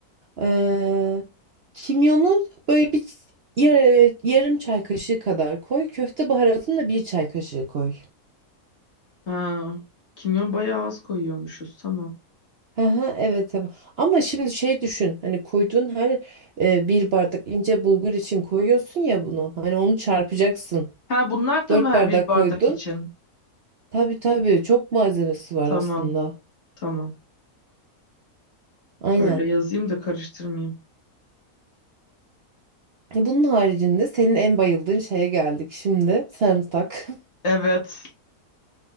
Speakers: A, on the right; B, on the left.
A: Ee, kimyonu böyle bir yar- yarım çay kaşığı kadar koy. Köfte baharatını da bir çay kaşığı koy.
B: Ha kimyon bayağı az koyuyormuşuz tamam.
A: Hı hı, evet evet. Ama şimdi şey düşün. Hani koyduğun her e, bir bardak ince bulgur için koyuyorsun ya bunu. Hani onu çarpacaksın.
B: Ha bunlar da
A: Dört
B: mı her
A: bardak
B: bir bardak
A: koydun.
B: için?
A: Tabii tabii çok malzemesi var
B: Tamam.
A: aslında.
B: Tamam.
A: Aynen.
B: Öyle yazayım da karıştırmayayım.
A: E, Bunun haricinde senin en bayıldığın şeye geldik şimdi. Sarımsak. <laughs>
B: Evet.